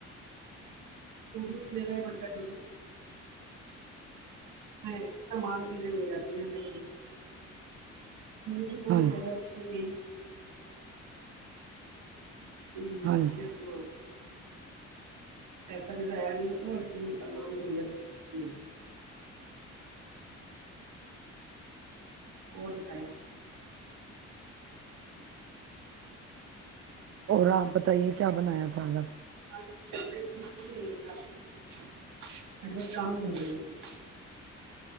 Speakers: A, on the right (about 75°); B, on the right (about 50°).
A: <unintelligible> میں تمام چیزیں مل جاتی ہیں میں کے اوپر
B: ہاں
A: سے
B: جی
A: جگہ اچھا جی کو یوز
B: ہاں
A: کر
B: جی
A: کے آپ کو پیسا بھی ضائع نہیں ہوتا اور اسس تمام دنیا ک مل ہے اور بتائیں
B: اور آپ بتائیے کیا بنایا تھا آ آب
A: <unintelligible>
B: <inaudible>
A: <unintelligible>